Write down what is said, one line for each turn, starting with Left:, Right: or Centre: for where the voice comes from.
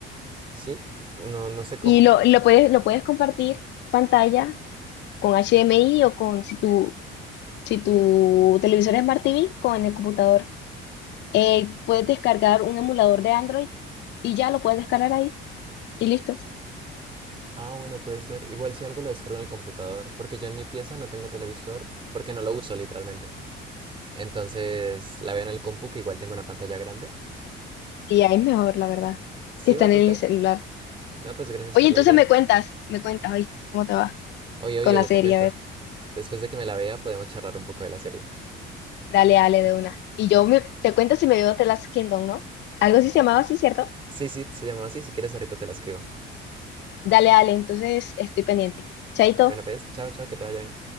Right: ¿Sí? No, no sé cómo.
Left: Y lo, lo puedes, lo puedes compartir pantalla con HDMI o con si tu, si tu televisor es Smart TV con el computador. eh, puedes descargar un emulador de Android y ya lo puedes descargar ahí y listo.
Right: Ah, bueno, puede ser. Igual si algo lo descargo en el computador, porque yo en mi pieza no tengo televisor, porque no lo uso literalmente. Entonces la veo en el compu, que igual tengo una pantalla grande.
Left: Y ya es mejor, la verdad,
Right: Sí,
Left: que están
Right: va a tocar.
Left: en el celular.
Right: No, pues gracias
Left: Oye,
Right: por
Left: entonces
Right: la idea.
Left: me cuentas, me cuentas, ¿viste? ¿Cómo te va
Right: Oye, oye,
Left: con la
Right: ya
Left: serie?
Right: te cuento.
Left: A ver,
Right: Después de que me la vea, podemos charlar un poco de la serie.
Left: dale, dale de una. Y yo me, te cuento si me veo The Last Kingdom, ¿no? Algo así se llamaba así, ¿cierto?
Right: Sí, sí, se llamaba así. Si quieres, ahorita te la escribo.
Left: Dale, dale, entonces estoy pendiente. Chaito.
Right: Bueno, pues, chao, chao, que te vaya bien.